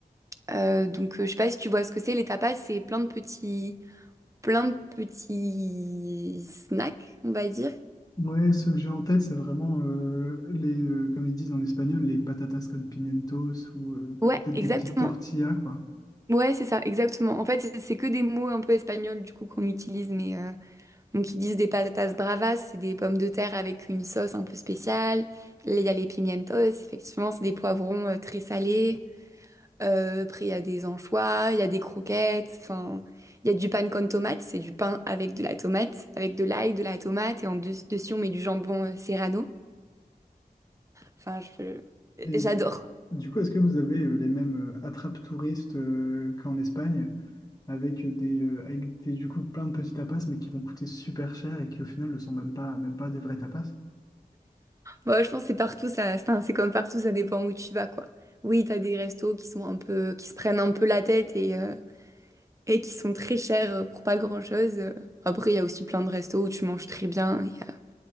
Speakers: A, on the right; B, on the left.
A: Euh, donc euh, je sais pas si tu vois ce que c'est. Les tapas, c'est plein de petits, plein de petits snacks, on va dire.
B: Ouais, ceux que j'ai en tête, c'est vraiment euh, les, euh, comme ils disent en espagnol, les patatas con pimientos ou euh,
A: Ouais,
B: peut-être
A: exactement.
B: des petites tortillas, quoi.
A: Ouais, c'est ça, exactement. En fait, c'est c'est que des mots un peu espagnols du coup qu'on utilise, mais euh, donc ils disent des patatas bravas, c'est des pommes de terre avec une sauce un peu spéciale. Là, Il y a les pimientos, effectivement, c'est des poivrons euh, très salés. Euh, après, il y a des anchois, il y a des croquettes, enfin, il y a du pan con tomate, c'est du pain avec de la tomate, avec de l'ail, de la tomate, et en de- dessus, on met du jambon euh, serrano. Enfin, je-
B: Et
A: j'adore.
B: du coup, est-ce que vous avez euh, les mêmes euh, attrapes touristes euh, qu'en Espagne, avec des, euh, avec des, du coup plein de petits tapas, mais qui vont coûter super cher et qui au final ne sont même pas, même pas des vrais tapas?
A: Bon, je pense que c'est partout, ça, enfin, c'est comme partout, ça dépend où tu vas, quoi. Oui, t'as des restos qui sont un peu, qui se prennent un peu la tête et, euh, et qui sont très chers euh, pour pas grand-chose. Euh, Après, il y a aussi plein de restos où tu manges très bien, il y a-